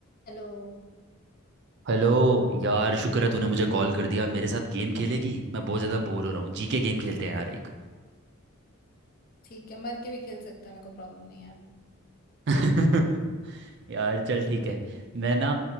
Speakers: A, on the left (about 40°); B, on the right (about 50°).
A: चलो
B: Hello यार शुक्र है तूने मुझे कॉल कर दिया मेरे साथ गेम खेलेगी मैं बहुत ज़्यादा बोर हो रहा हूँ जीके गेम खेलते हैं यार एक
A: ठीक है मर के भी खेल सकते हैं मेरे को प्रॉब्लम नहीं है
B: <laughs>
A: <laughs>
B: यार चल ठीक है मैं ना